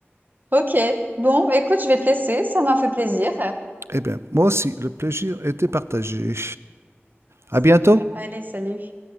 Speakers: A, on the right (about 45°); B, on the right (about 80°).
A: Ok. Bon, écoute, je vais te laisser. Ça m'a fait plaisir.
B: Eh bien, moi aussi, le plaisir était partagé.
A: Super.
B: À bientôt.
A: Allez, salut.